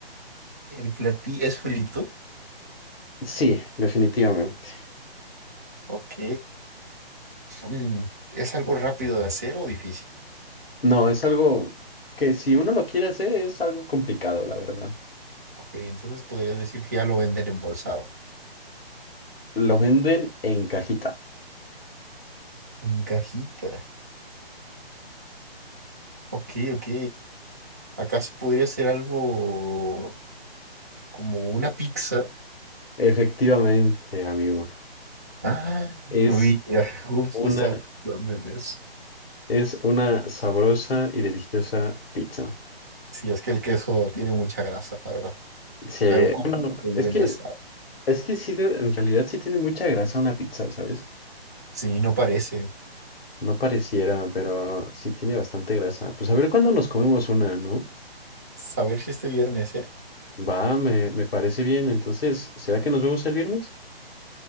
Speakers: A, on the right; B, on the left.
A: ¿El platillo es frito?
B: Sí, definitivamente.
A: Ok. Mm, ¿es algo rápido de hacer o difícil?
B: No, es algo que si uno lo quiere hacer es algo complicado, la verdad.
A: Ok, entonces podrías decir que ya lo venden embolsado.
B: Lo venden en cajita.
A: En cajita. Ok, ok. ¿Acaso podría ser algo como una pizza?
B: Efectivamente, amigo.
A: Ah,
B: Es
A: mira, <laughs> justo
B: una,
A: estaba pensando en eso.
B: es una sabrosa y deliciosa pizza.
A: Sí, es que el queso tiene mucha grasa, la verdad.
B: Sí,
A: Pero cómo
B: bueno,
A: de buena
B: es que,
A: sabe.
B: es que sí, de- en realidad sí tiene mucha grasa una pizza, ¿sabes?
A: Sí, no parece.
B: No pareciera, pero sí tiene bastante grasa. Pues a ver cuándo nos comemos una, ¿no?
A: A ver si este viernes, ¿eh?
B: Va, me, me parece bien. Entonces, ¿será que nos vemos el viernes?